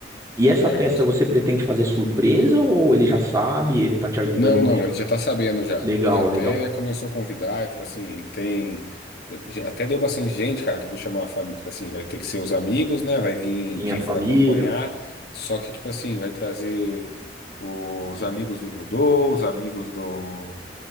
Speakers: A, on the right; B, on the left.
A: E essa
B: É.
A: festa você pretende fazer surpresa ou ele já sabe, ele tá te ajudando
B: Não, não,
A: aí? ó?
B: ele já tá sabendo já.
A: Legal,
B: Já até
A: legal.
B: começou a convidar, tipo assim, ele tem. já Até deu bastante gente, cara, que eu vou chamar a família. Tipo assim, vai ter que ser os amigos, né? Vai vir
A: Sim,
B: quem
A: a família,
B: for acompanhar. Só que, tipo assim, vai trazer os amigos do judô, os amigos do,